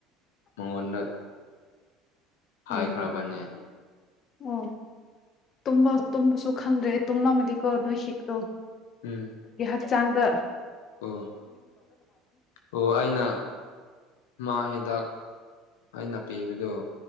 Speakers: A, on the left (about 85°); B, on the left (about 45°).
A: ꯃꯉꯣꯟ ꯍꯥꯏ
B: ꯎꯝ
A: ꯒ꯭ꯔꯥꯕꯅꯦ
B: ꯑꯣ ꯇꯕ ꯇꯨꯝꯕꯁꯨ ꯈꯪꯗ꯭ꯔꯦ ꯇꯨꯝꯂꯝꯝꯃꯗꯤꯀꯣ ꯑꯗꯨꯏ ꯍꯛꯇꯣ
A: ꯎꯝ
B: ꯍꯛ ꯆꯥꯡꯗ
A: ꯑꯣ ꯑꯣ ꯑꯩꯅ ꯃꯥ ꯍꯤꯗꯥꯛ ꯑꯩꯅ ꯄꯤꯕꯗꯨ